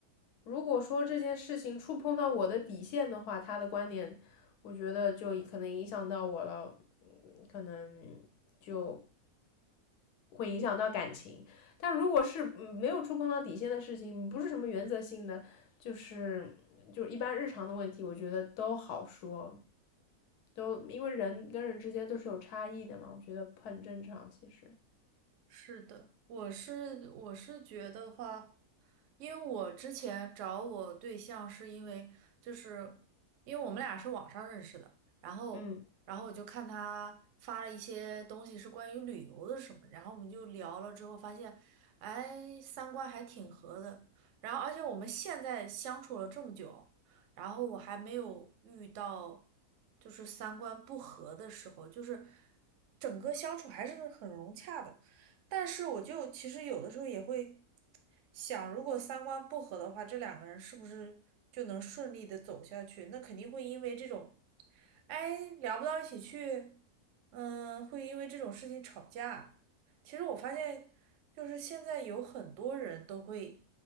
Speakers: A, on the left; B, on the right.
A: 如果说这件事情触碰到我的底线的话，他的观点，我觉得就可能影响到我了，嗯可能就会影响到感情。但如果是嗯没有触碰到底线的事情，不是什么原则性的，就是就是一般日常的问题，我觉得都好说，都因为人跟人之间都是有差异的嘛，我觉得很正常。其实，
B: 是的，我是我是觉得话，因为我之前找我对象是因为就是因为我们俩是网上认识的，然后然后我就看他发了一些东西是关于旅游的什么，
A: 嗯，
B: 然后我们就聊了之后发现，哎，三观还挺合的，然后而且我们现在相处了这么久，然后我还没有遇到就是三观不合的时候，就是整个相处还是很融洽的。但是我就其实有的时候也会想，如果三观不合的话，这两个人是不是就能顺利的走下去？那肯定会因为这种，哎，聊不到一起去，嗯，会因为这种事情吵架。其实我发现，就是现在有很多人都会